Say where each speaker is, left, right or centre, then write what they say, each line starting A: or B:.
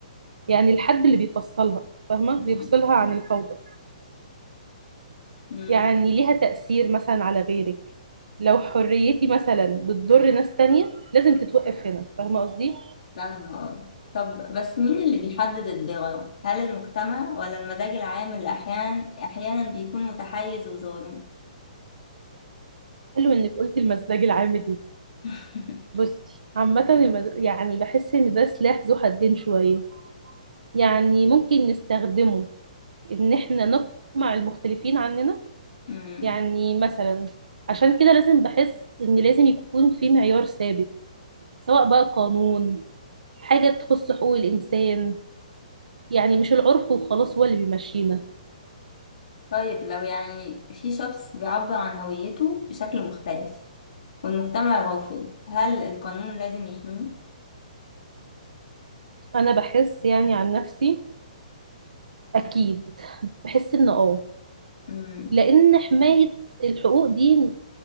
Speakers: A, on the right (about 80°); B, on the left (about 70°).
A: يعني الحد اللي بيفصلها فاهمة
B: مم،
A: بيفصلها عن الفوضى
B: مم.
A: يعني ليها تأثير مثلا على غيرك لو حريتي مثلا بتضر ناس تانية لازم تتوقف هنا فاهمة قصدي
B: فاهمة آه. طب بس مين اللي بيحدد الضرر؟ هل المجتمع ولا المزاج العام اللي أحيانا أحيانا بيكون متحيز وظالم؟
A: حلو انك قلت المزاج العام دي
B: <laughs>
A: بصي عامة المز... يعني بحس ان ده سلاح ذو حدين شوية يعني ممكن نستخدمه ان احنا نقمع المختلفين عننا
B: مم.
A: يعني مثلا عشان كده لازم بحس ان لازم يكون في معيار ثابت سواء بقى قانون حاجة تخص حقوق الإنسان يعني مش العرف وخلاص هو اللي بيمشينا
B: طيب لو يعني في شخص بيعبر عن هويته بشكل مختلف والمجتمع رافض هل القانون لازم يحميه؟
A: أنا بحس يعني عن نفسي أكيد بحس إن آه
B: مم،
A: لأن حماية الحقوق دي م-